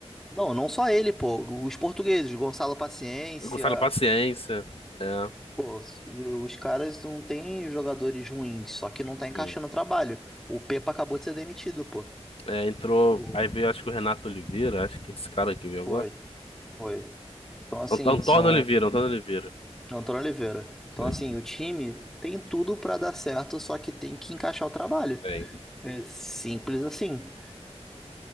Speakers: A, in the centre; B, on the left.
A: Não, não só ele, pô. Os portugueses, Gonçalo Paciência,
B: Gonçalo Paciência. É,
A: pô, os caras não têm jogadores ruins, só que não tá
B: sim.
A: encaixando o trabalho. O Pepa acabou de ser demitido, pô.
B: É, entrou.
A: O-
B: Aí veio, acho que o Renato Oliveira, acho que é esse cara que veio agora.
A: Foi, foi. Então, assim,
B: Ant- Antônio
A: são.
B: Oliveira, Antônio Oliveira.
A: Antônio Oliveira. Então,
B: Sim.
A: assim, o time tem tudo pra dar certo, só que tem que encaixar o trabalho.
B: Tem.
A: É simples assim.